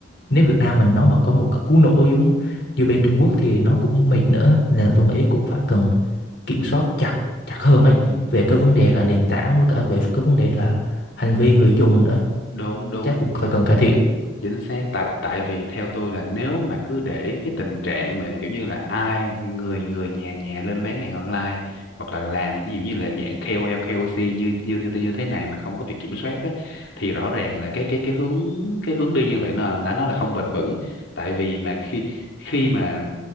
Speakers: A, on the left; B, on the left.
A: nếu Việt Nam mình nó mà có một cái cú nổ giống như bên Trung Quốc thì nó cũng mệt nữa nên là tôi nghĩ cũng phải cần kiểm soát chặt chặt hơn ấy
B: ừ,
A: về cái vấn đề là nền tảng với cả về cái vấn đề là hành vi người dùng nữa
B: đúng đúng
A: chắc cũng phải cần cải thiện
B: chính xác tại tại vì theo tôi là nếu mà cứ để cái tình trạng mà kiểu như là ai người người nhà nhà lên bán hàng online hoặc là làm ví dụ như là dạng KOL KOC như như như như thế này mà không có việc kiểm soát á, thì rõ ràng là cái cái cái hướng cái hướng đi như vậy nó là nó là không bền vững tại vì mà khi khi mà